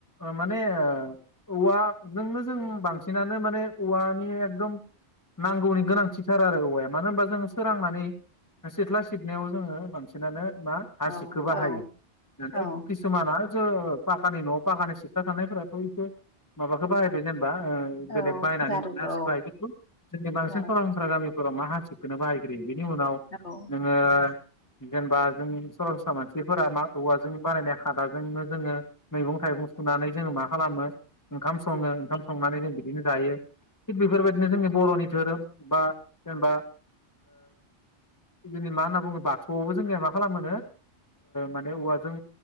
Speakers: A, on the left; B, on the left.
A: ओ माने ओ औवाजोंनो जों बांसिनानो माने औवानि एकदम नांगौनि गोनांथि थार आरो औवाया मानो होनबा जोङो सोरांनानै सिथ्ला सिबनायाव जोङो बांसिनानो मा हासिबखौ
B: औ
A: बाहायो
B: औ
A: मानि
B: औ
A: खिसुमाना ज पाखानि न'आव पाखानि सिथला थानायफोराथ' इखौ माबाखौ बाहायबाय जेनेबा बेलेग
B: औ
A: बायनानै
B: जारुखौ
A: मोननाय हासिब बायदिखौ जोंनि बांसिन
B: औ
A: सरासन सस्रा गामिफोराव मा हासिबखोनो बाहायग्रोयो बिनि उनाव
B: औ औ
A: नोङो जेनेबा जों सरासस्रा मानसिफोरा मा औवाजों बानायनाय खादाजोंनो जोङो मैगं थाइगं सुनानै जोङो मा खालामो ओंखाम सङो ओंखाम संनानै जों बिदिनो जायो थिग बेफोरबायदिनो जोंनि बर'नि धोरोम बा जेनेबा जोंनि मा होनना बुङो बाथौआवबो जोंनिया मा खालामो माने औवाजों